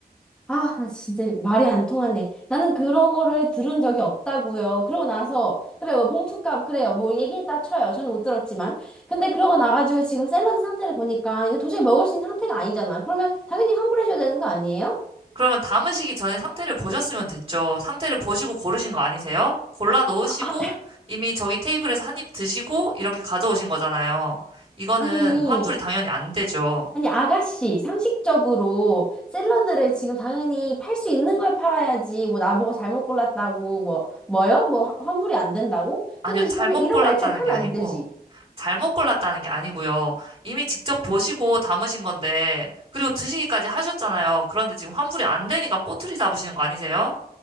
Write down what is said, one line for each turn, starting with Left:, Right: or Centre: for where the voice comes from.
Centre: 아, 나 진짜 말이 안 통하네. 나는 그런 거를 들은 적이 없다고요. 그러고 나서 그래요. 봉투값 그래요. 뭐 얘기했다 쳐요. 저는 못 들었지만. 근데 그러고 나가지고 지금 샐러드 상태를 보니까 이거 도저히 먹을 수 있는 상태가 아니잖아. 그러면 당연히 환불해줘야 되는 거 아니에요?
Right: 그러면 담으시기 전에 상태를 보셨으면 됐죠. 상태를 보시고 고르신 거 아니세요? 골라 놓으시고
Centre: 아,
Right: 이미 저기 테이블에서 한입 드시고 이렇게 가져오신 거잖아요. 이거는
Centre: 아니.
Right: 환불이 당연히 안 되죠.
Centre: 아니, 아가씨, 상식적으로 샐러드를 지금 당연히 팔 수 있는 걸 팔아야지. 뭐, 나보고 잘못 골랐다고, 뭐, 뭐요? 뭐, 환- 환불이 안 된다고?
Right: 아니요,
Centre: 근데
Right: 잘못
Centre: 그러면 이런
Right: 골랐다는
Centre: 거 애초에 팔면
Right: 게 아니고,
Centre: 안 되지.
Right: 잘못 골랐다는 게 아니고요. 이미 직접 보시고 담으신 건데, 그리고 드시기까지 하셨잖아요. 그런데 지금 환불이 안 되니까 꼬투리 잡으시는 거 아니세요?